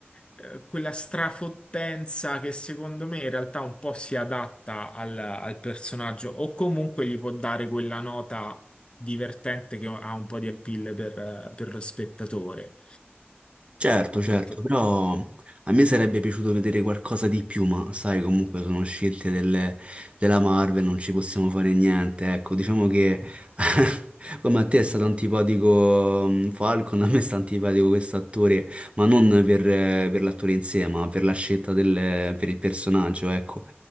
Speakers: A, on the left; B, on the right.
A: eh, quella strafottenza che secondo me in realtà un po' si adatta al, al personaggio o comunque gli può dare quella nota divertente che ha un po' di appeal per, eh, per lo spettatore.
B: Certo, certo,
A: Non to-
B: però a me sarebbe piaciuto vedere qualcosa di più, ma sai, comunque sono scelte delle- della Marvel, non ci possiamo fare niente. Ecco, diciamo che <laughs> come a te è stato antipatico mm, Falcon, <laughs> a me sta antipatico questo attore, ma non per, eh, per l'attore in sé, ma per la scelta del, per il personaggio, ecco.